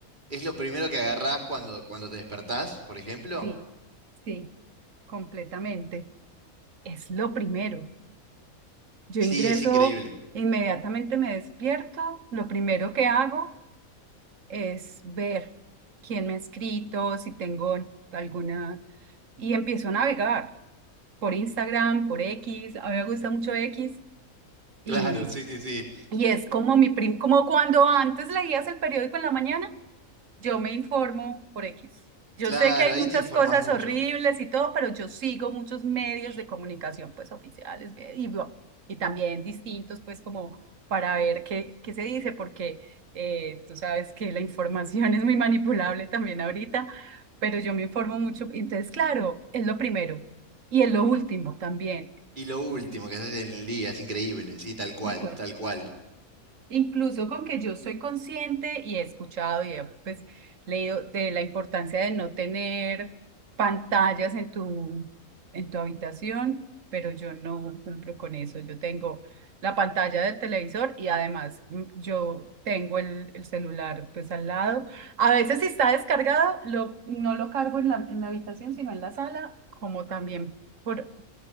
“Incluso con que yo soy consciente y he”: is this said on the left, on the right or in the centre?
Right